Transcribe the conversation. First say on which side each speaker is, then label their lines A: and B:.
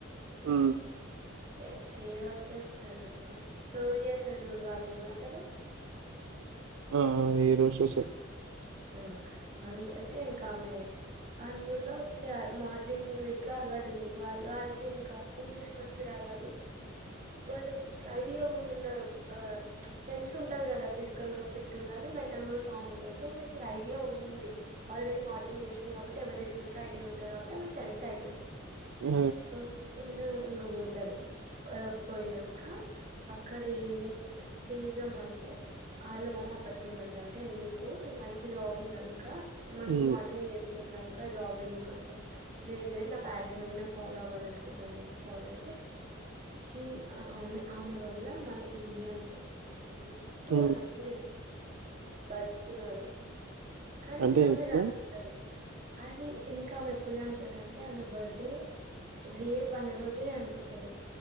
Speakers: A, on the right; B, on the right.
A: ఉ
B: ఏ ఏ రాస్ చేస్తారన్న సర్ చేస్తారు చూడు వాళ్ళును ఏమంటారు.
A: ఆ ఏరోశాసర్
B: ఆ అందు అయితే ఇంక ఆమె అందులో చేయాలి మోడలింగ్ ఎట్లా అలవాటు ఉంది. వాళ వాళ్ళకి ఇంకా ఇంగ్లీష్ మంచి రావాలి. వాళ్ళకి ఐడియా కూడా ఉండాలి. తెలిసి ఉంటది కదా ఫిజికల్ గా ఫిట్ ఉండాలి. మెంటల్ గా స్ట్రాంగ్ ఉండాలి సో ఐడియా ఉంది ఆల్రెడీ మోడలింగ్ చేసింది. కాబట్టి ఎవరేకడుంటర్ ఐడియా ఉంటంది కాబట్టి ఆమె సెలెక్ట్ అవుతుంది
A: ఆ
B: సో ఇం పోతది పోయినాక అక్కడ ఏం చేద్దాం అంటే వాళ్ల మమ్మీ అప్పటికి ఏమంటది అంటే ఎందుకు నువ్వు జాబ్ ఉన్నంకా మంచి
A: ఉ
B: మోడలింగ్ నే కున్నంకా జాబ్ ఎందుకంటే లేదు లేదు నా ప్యాషన్ నేను ఫాలో అవ్వాలనుకుంటానని చెప్పి ఫాలో అయితే షి ఆ ఆమె వల్ల మన ఇండియన్స్ ఎంతో
A: ఉ
B: మంది బత్ కినరు కానీ
A: అంటే
B: అమె
A: ఎట్లా
B: చనిపోతది. అది ఇంకా ఆమె ఎప్పుడు చనిపోతది అంటే ఆమె బర్త్డే రేపన్న రోజే చనిపోతది